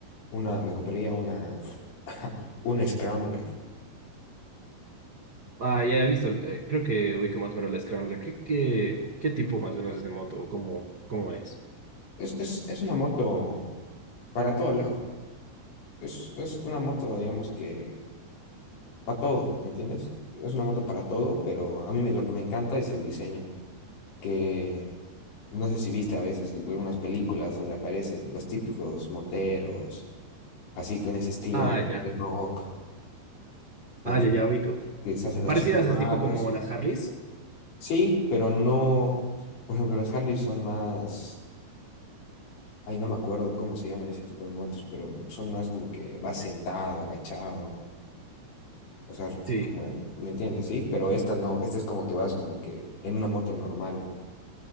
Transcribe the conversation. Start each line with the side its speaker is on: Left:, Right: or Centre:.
Left: Una, me compraría una, <laughs> una Scrambler.
Right: Ah, ya he visto, eh, creo que ubico más o menos la Scrambler. ¿Qué, qué, qué tipo más o menos es de moto o cómo, cómo es?
Left: Es, es, es una moto para todo lado. Es, es una moto, digamos que, para todo, ¿me entiendes? Es una moto para todo, pero a mí me- lo que me encanta es el diseño, que No sé si viste a veces algunas películas donde aparecen los típicos moteros, así con ese estilo
Right: Ah, ya.
Left: de rock, ¿entiendes?
Right: Ah, ya, ya ubico.
Left: Que se hacen los
Right: Parecidas
Left: chicos malos.
Right: es tipo como las
Left: ¿no?
Right: Harleys.
Left: Sí, pero no, por ejemplo, las Harley son más, ay, no me acuerdo cómo se llaman ese tipo de motos, pero son más como que vas sentado, agachado, o sea,
Right: Sí.
Left: como, el- ¿me entiendes? Sí, pero esta no, esta es como que vas como que en una moto normal